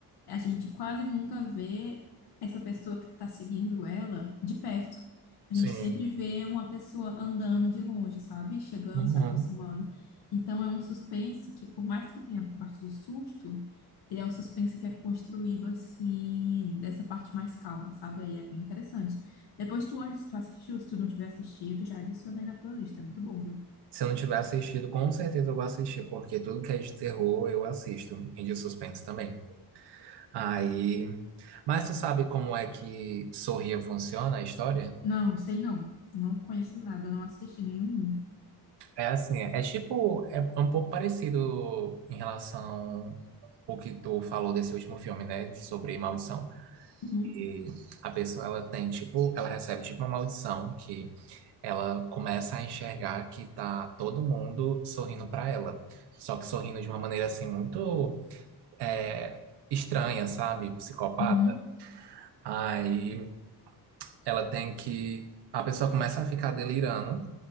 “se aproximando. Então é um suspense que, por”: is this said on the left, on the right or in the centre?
Left